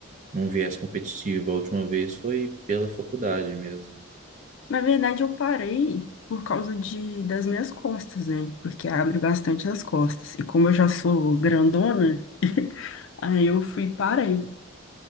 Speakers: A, on the right; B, on the left.
A: num viés competitivo. A última vez foi pela faculdade mesmo.
B: Na verdade, eu parei por causa de, das minhas costas, né? Porque abre bastante as costas. E como eu já sou grandona, <laughs> aí eu fui e parei.